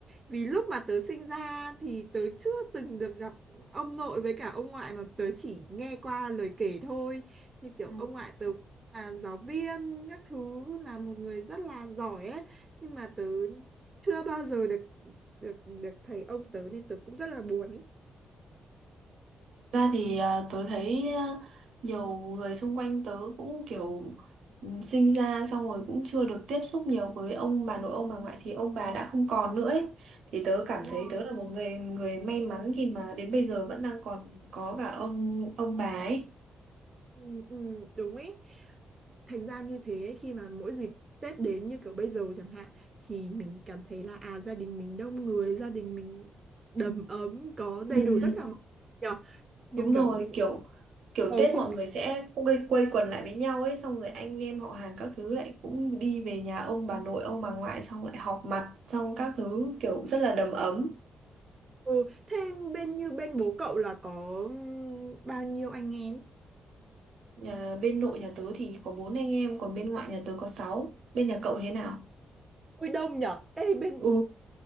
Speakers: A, on the right; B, on the right.
A: vì lúc mà tớ sinh ra thì tớ chưa từng được gặp ông nội với cả ông ngoại mà tớ chỉ nghe qua lời kể thôi như kiểu
B: Ừ.
A: ông ngoại tớ là giáo viên các thứ là một người rất là giỏi ấy nhưng mà tớ chưa bao giờ được được được thấy ông tớ nên tớ cũng rất là buồn ý
B: ra thì à, tớ thấy à, nhiều người xung quanh tớ cũng kiểu ừ, sinh ra xong rồi cũng chưa được tiếp xúc nhiều với ông bà nội ông bà ngoại thì ông bà đã không còn nữa ấy. Thì tớ cảm
A: Đúng
B: thấy
A: rồi.
B: tớ là một người người may mắn khi mà đến bây giờ vẫn đang còn có cả ông ông bà ấy
A: Ừ, ừ, đúng ý thành ra như thế khi mà mỗi dịp Tết đến như kiểu bây giờ chẳng hạn thì mình cảm thấy là à gia đình mình đông người gia đình mình đầm ấm có đầy
B: Ừ,
A: đủ tất cả mọi nhờ như
B: đúng rồi
A: kiểu
B: kiểu kiểu
A: bầu
B: Tết
A: không
B: mọi
A: khí
B: người sẽ cũng gây quây quần lại với nhau ấy xong rồi anh em họ hàng các thứ lại cũng đi về nhà ông bà nội ông bà ngoại xong lại họp mặt xong các thứ kiểu rất là đầm ấm
A: ừ, thêm bên như bên bố cậu là có ừm, bao nhiêu anh em
B: nhà bên nội nhà tớ thì có bốn anh em còn bên ngoại nhà tớ có sáu bên nhà cậu thế nào
A: ui đông nhở ê bên
B: ừ